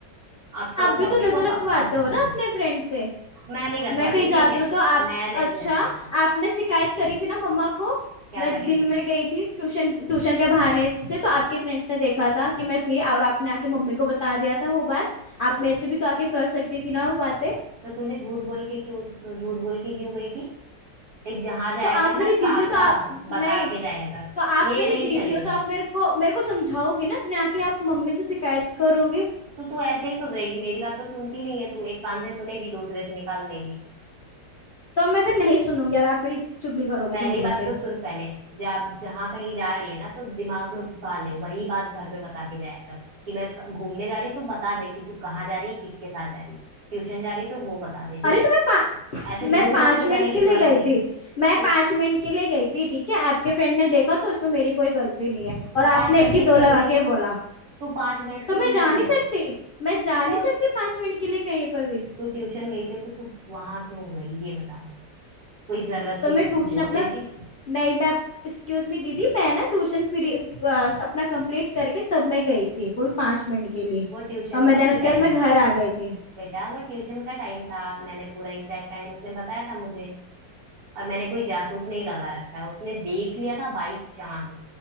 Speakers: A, on the right; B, on the left.
A: अब तो
B: आप
A: मैं
B: भी
A: मम्मी
B: तो नजर
A: को पक्का
B: रखवाते
A: बता
B: हो
A: दूंगी।
B: ना अपने फ्रेंड से
A: मैं नहीं रखवाती
B: मैं कहीं जाती
A: ठीक है
B: हूँ तो आप
A: मैं नहीं
B: अच्छा
A: रखवाती
B: आपने शिकायत करी थी ना मम्मा को
A: क्या
B: मैं
A: करी
B: दिन
A: थी
B: में गई थी ट्यूशन ट्यूशन के बहाने से तो आपके फ्रेंड्स ने देखा था कि मैं थी और आपने आके मम्मी को बता दिया था वो बात आप
A: तो तो
B: मेरे से भी तो आके कर सकती थी ना वो बातें
A: तूने झूठ बोल के क्यों झूठ बोल के क्यों गई थी देख जहां जाया
B: तो आप
A: कर ना
B: मेरी दीदी
A: साफ
B: हो तो
A: साफ
B: आ, नहीं
A: बता के जाया कर
B: तो आप
A: ये
B: मेरी
A: नहीं
B: दीदी
A: चलेगा
B: हो तो आप मेरे को मेरे को समझाओगी ना ना कि आप मम्मी से शिकायत करोगे
A: तो तू ऐसे ही सुधरेगी मेरी बात तो सुनती नहीं है तू एक कान से सुनेगी दूसरे से निकाल देगी
B: तो मैं फिर नहीं सुनूंगी अगर आप मेरी चुगली करोगे
A: पहली
B: तो मम्मा
A: बात
B: से
A: तो सुन पहले जब जहां कहीं जा रही है ना तो दिमाग में घुसा ले वही बात घर पे बता के जाया कर कि मैं क- घूमने जा रही हूँ तू बता दे कि तू कहाँ जा रही है किसके साथ जा रही है ट्यूशन जा रही है, तो वो बता दे ठीक
B: अरे तो मैं पा,
A: है ऐसे झूठ
B: मैं पांच
A: बोल के
B: मिनट
A: जाने की
B: के
A: जरूरत
B: लिए गई
A: नहीं
B: थी
A: तू
B: मैं पांच मिनट के लिए गई थी ठीक है आपके फ्रेंड ने देखा तो इसमें मेरी कोई गलती नहीं है और
A: तू
B: आपने
A: पांच मिनट
B: एक की
A: लिए
B: दो
A: क्यों
B: लगा
A: गई
B: के
A: थी
B: बोला
A: तू पांच मिनट
B: तो
A: के
B: मैं
A: लिए
B: जा
A: क्यों
B: नहीं सकती
A: गई
B: मैं जा
A: तो
B: नहीं सकती पांच मिनट के लिए कहीं पर भी
A: तू ट्यूशन गई थी तो तू वहां क्यों गई ये बता मुझे कोई जरूरत
B: तो
A: थी
B: मैं
A: तो
B: ट्यूशन
A: तू बोल
B: अपना
A: देती
B: नहीं मैं एक्सक्यूज मी दीदी मैं ना ट्यूशन फ्री अपना कंप्लीट करके तब मैं गई थी वो भी पांच मिनट के लिए
A: वो ट्यूशन
B: और मैं
A: का
B: देन
A: ही
B: उसके
A: टाइम
B: बाद मैं घर
A: था
B: आ गई थी
A: बेटा वो ट्यूशन का टाइम था मैंने पूरा एग्जैक्ट टाइम उसने बताया था मुझे और मैंने कोई जासूस नहीं लगा रखा है उसने देख लिया था बाई चांस